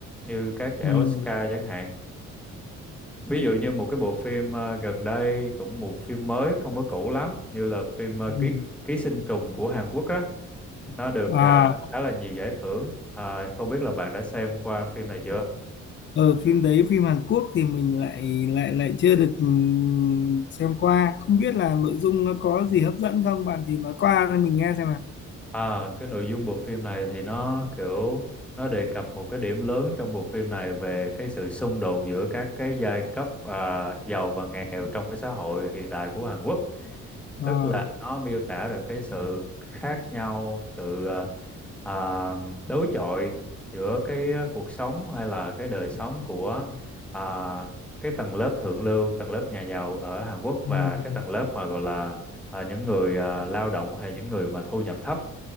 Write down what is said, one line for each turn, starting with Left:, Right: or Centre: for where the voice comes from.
Centre: như các giải
Left: ừ,
Centre: Oscar chẳng hạn. Ví dụ như một cái bộ phim ờ, gần đây cũng một phim mới không có cũ lắm như là phim ờ,
Left: ừ.
Centre: ký ký sinh trùng của Hàn Quốc á nó Ừ. được
Left: à
Centre: ờ, khá là nhiều giải thưởng à, không biết là bạn đã xem qua phim này chưa
Left: ở phim đấy phim Hàn Quốc thì mình lại lại lại chưa được ừ, xem qua không biết là nội dung nó có gì hấp dẫn không bạn thì nói qua cho mình nghe xem nào
Centre: à, cái nội dung bộ phim này thì nó kiểu nó đề cập một cái điểm lớn trong bộ phim này về cái sự xung đột giữa các cái giai cấp à, giàu và nghèo trong cái xã hội hiện đại của Hàn Quốc
Left: à,
Centre: tức là nó miêu tả được cái sự khác nhau sự ờ, à, đối chọi giữa cái ờ, cuộc sống hay là cái đời sống của à, cái tầng lớp thượng lưu tầng lớp nhà giàu ở Hàn Quốc
Left: ừ,
Centre: và cái tầng lớp mà gọi là à, những người à, lao động hay những người mà thu nhập thấp